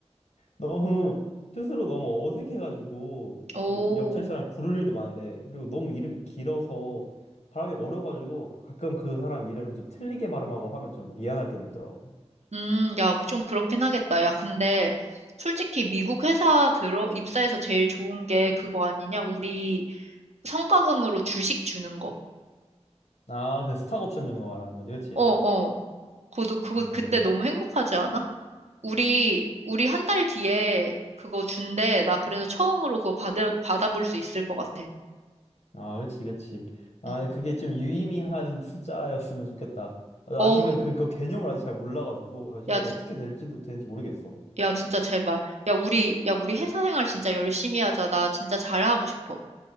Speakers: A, on the left; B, on the right.
A: 너무 스스로 너무 어색해가지고
B: 오,
A: 그 옆자리 사람 부를 일도 많은데 그리고 너무 이름이 길어서 발음이 어려가지고 가끔 그 사람 이름 좀 틀리게 발음하고 하면 좀 미안할 때도 있더라고.
B: 음, 야, 좀 그렇긴 하겠다. 야, 근데 솔직히 미국 회사 들어, 입사해서 제일 좋은 게 그거 아니냐? 우리 성과금으로 주식 주는 거.
A: 아, 그 스탁 옵션 주는 거 말하는 거지, 그치?
B: 어, 어. 그것도, 그거,
A: 맞아.
B: 그때
A: 그-
B: 너무 행복하지 않아? 우리, 우리 한 달 뒤에 그거 준대. 나 그래서 처음으로 그거 받아, 받아볼 수 있을 것 같아.
A: 아, 그치, 그치. 아,
B: 응.
A: 그게 좀 유의미한 숫자였으면 좋겠다. 아직은
B: 어,
A: 그거 개념을 아직 잘 몰라가지고 사실
B: 야, 지-
A: 어떻게 될지도 되는지 모르겠어.
B: 야, 진짜 제발. 야, 우리, 야, 우리 회사 생활 진짜 열심히 하자. 나 진짜 잘하고 싶어.